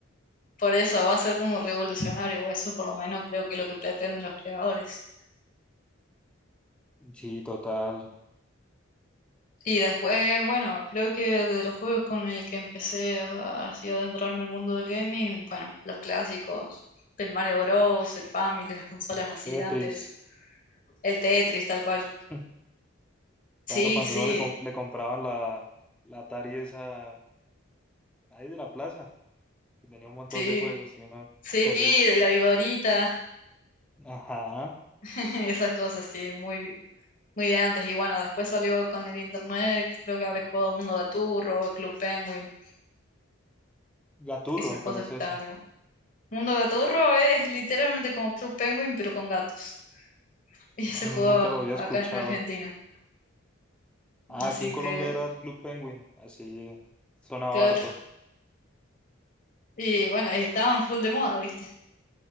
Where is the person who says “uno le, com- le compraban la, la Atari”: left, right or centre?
Centre